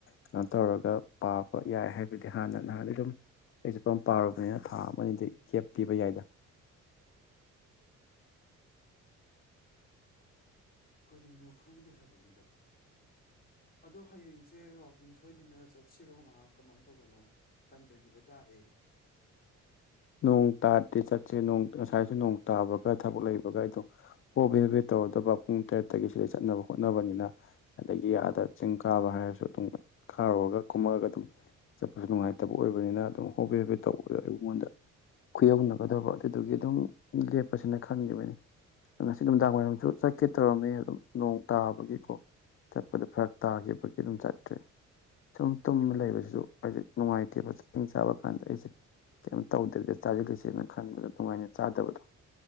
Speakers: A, on the left; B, on the left.
A: ꯀꯩꯅꯣ ꯇꯧꯔꯒ ꯄꯥꯕ ꯌꯥꯏ ꯍꯥꯏꯕꯗꯤ ꯍꯥꯟꯅ ꯅꯍꯥꯟꯗꯤ ꯑꯗꯨꯝ ꯑꯩꯁꯨꯄꯝ ꯄꯥꯔꯨꯕꯅꯤꯅ ꯊꯥ ꯑꯃꯅꯤ ꯗꯤ ꯒꯦꯞ ꯄꯤꯕ ꯌꯥꯏꯗ
B: ꯀꯔꯤꯅꯣ ꯈꯪꯗꯦ ꯍꯥꯏꯕꯅꯤꯗ ꯑꯗꯣ ꯍꯌꯦꯡꯁꯦ ꯋꯥꯛꯀꯤꯡ ꯁꯣꯏꯗꯅ ꯆꯠꯁꯤꯔꯣ ꯉꯥꯛ ꯀꯃꯥꯏꯅ ꯇꯧꯕꯅꯣ ꯇꯟꯗꯈꯤꯕ ꯇꯥꯔꯦ
A: ꯅꯣꯡ ꯇꯥꯔꯗꯤ ꯆꯠꯁꯦ ꯉꯁꯥꯏꯁꯨ ꯅꯣꯡ ꯇꯥꯕꯒ ꯊꯕꯛ ꯂꯩꯕꯒ ꯑꯩ ꯑꯗꯨꯝ ꯍꯣꯕꯦ ꯍꯣꯕꯦ ꯇꯧꯔꯗꯕ ꯄꯨꯡ ꯇꯔꯦꯠꯇꯒꯤ ꯁꯤꯗ ꯆꯠꯅꯕ ꯍꯣꯠꯅꯕꯅꯤꯅ ꯑꯗꯒꯤ ꯑꯥꯗ ꯆꯤꯡ ꯀꯥꯕ ꯍꯥꯏꯔꯁꯨ ꯑꯗꯨꯝ ꯀꯥꯔꯨꯔꯒ ꯀꯨꯝꯃꯛ ꯑꯒ ꯑꯗꯨꯝ ꯆꯠꯄꯁꯨ ꯅꯨꯡꯉꯥꯏꯇꯕ ꯑꯣꯏꯕꯅꯤꯅ ꯑꯗꯨꯝ ꯍꯣꯕꯦ ꯍꯣꯕꯦ ꯇꯧꯕꯗꯣ ꯑꯩꯉꯣꯟꯗ ꯈꯨꯌꯧꯅꯒꯗꯕ ꯑꯗꯨꯗꯨꯒꯤ ꯑꯗꯨꯝ ꯂꯦꯞꯄꯁꯤꯅ ꯈꯟꯈꯤꯕꯅꯤ ꯉꯁꯤ ꯅꯨꯃꯤꯗꯥꯡ ꯋꯥꯏꯔꯝꯁꯨ ꯆꯠꯀꯦ ꯇꯧꯔꯝꯃꯦ ꯑꯗꯨꯝ ꯅꯣꯡ ꯇꯥꯕꯒꯤꯀꯣ ꯆꯠꯄꯗ ꯐꯔꯛ ꯇꯥꯈꯤꯕꯒꯤ ꯑꯗꯨꯝ ꯆꯠꯇ꯭ꯔꯦ ꯁꯨꯝ ꯇꯨꯝꯃ ꯂꯩꯕꯁꯤꯁꯨ ꯍꯥꯏꯗꯤ ꯅꯨꯡꯉꯥꯏꯇꯦꯕ ꯆꯤꯡ ꯀꯥꯕ ꯀꯥꯟꯗ ꯑꯩꯁꯦ ꯇꯧꯗꯕꯤꯗ ꯆꯥꯁꯤꯜꯂꯤꯁꯦꯅ ꯈꯟꯕꯗ ꯅꯨꯡꯉꯥꯏꯅ ꯆꯥꯗꯕꯗꯣ